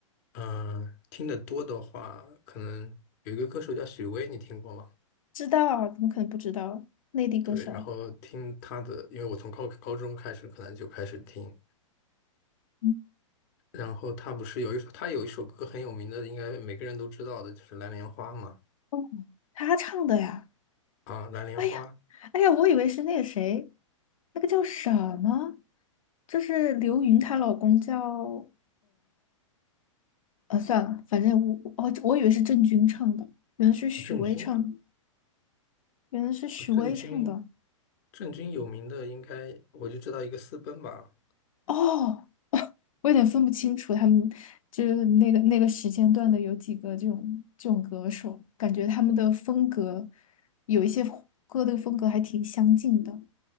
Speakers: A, on the left (about 30°); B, on the left (about 80°).
A: 嗯，听得多的话，可能有一个歌手叫许巍，你听过吗？
B: 知道啊，怎么可能不知道？内地歌手，
A: 对，然后听他的，因为我从高高中开始可能就开始听，
B: 嗯，
A: 然后他不是有一首，他有一首歌很有名的，应该每个人都知道的，就是《蓝莲花》嘛。
B: 哦，他唱的呀。
A: 啊，《蓝莲花》啊，
B: 哎呀，哎呀，我以为是那个谁，那个叫什么，就是刘芸她老公叫呃，算了，反正我哦，我以为是郑钧唱的，原来是许巍唱的，
A: 郑钧啊，
B: 原来是许巍唱的。
A: 啊郑钧，郑钧有名的应该我就知道一个私奔吧。
B: 哦，<laughs> 我有点分不清楚他们就是那个那个时间段的有几个这种这种歌手，感觉他们的风格有一些歌的风格还挺相近的。